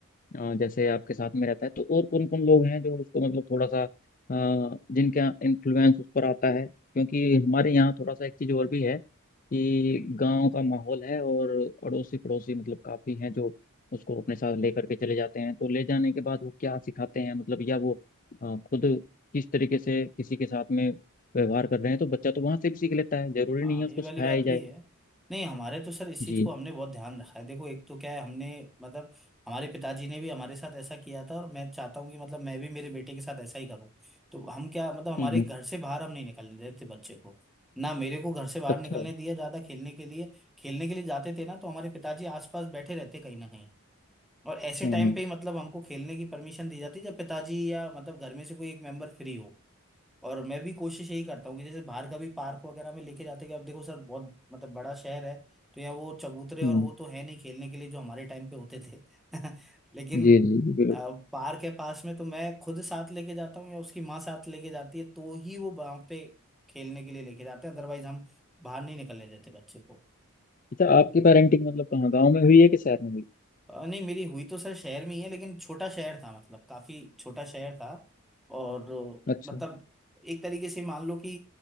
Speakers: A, on the left; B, in the centre.
A: अ, जैसे आपके साथ में रहता है तो और कौन कौन लोग हैं जो उसको मतलब थोड़ा सा अ, जिनका इन्फ्लुएंस उस पर आता है क्योंकि हमारे यहाँ थोड़ा सा एक चीज़ और भी है कि गांव का माहौल है और अड़ोसी पड़ोसी मतलब काफ़ी हैं जो उसको अपने साथ लेकर के चले जाते हैं तो ले जाने के बाद वो क्या सिखाते हैं मतलब या वो अ, खुद किस तरीके से किसी के साथ में व्यवहार कर रहे हैं तो बच्चा तो वहां से भी सीख लेता है जरूरी
B: हाँ
A: नहीं है उसको
B: ये वाली
A: सिखाया
B: बात
A: ही जाए
B: भी है नहीं हमारे तो सर इस चीज़
A: जी
B: को हमने बहुत ध्यान रखा है देखो एक तो क्या है हमने मतलब हमारे पिताजी ने भी हमारे साथ ऐसा किया था और मैं चाहता हूँ कि मतलब मैं भी मेरे बेटे के साथ ऐसा ही करूँ तो हम क्या मतलब हमारे
A: हम्म हम्म,
B: घर से बाहर हम नहीं निकलने देते बच्चे को ना मेरे को घर से बाहर
A: अच्छा
B: निकलने दिया ज़्यादा खेलने के लिए खेलने के लिए जाते थे ना तो हमारे पिताजी आसपास बैठे रहते कहीं ना कहीं और ऐसे
A: हम्म
B: टाइम
A: हम्म
B: पे ही मतलब हमको खेलने की परमिशन दी जाती जब पिताजी या मतलब घर में से कोई एक मेंबर फ्री हो और मैं भी कोशिश यही करता हूँ कि जैसे बाहर का भी पार्क वगैरह में लेके जाते हैं कि अब देखो सर बहुत मतलब बड़ा शहर है तो यहाँ वो चबूतरे और
A: हम्म,
B: वो तो है नहीं खेलने के लिए जो हमारे टाइम पे होते थे <laughs> लेकिन
A: जी जी जी बिल्कुल
B: अ, पार्क है पास में तो मैं खुद साथ लेके जाता हूँ या उसकी माँ साथ लेके जाती है तो ही वो वहां पे खेलने के लिए लेके जाते हैं अदरवाइज हम बाहर नहीं निकलने देते बच्चे को
A: अच्छा आपकी पेरेंटिंग मतलब कहाँ गाँव में हुई है कि शहर में हुई
B: अ, नहीं मेरी हुई तो सर शहर में ही है लेकिन छोटा शहर था मतलब काफी छोटा शहर था और अ,
A: अच्छा
B: मतलब एक तरीके से मान लो कि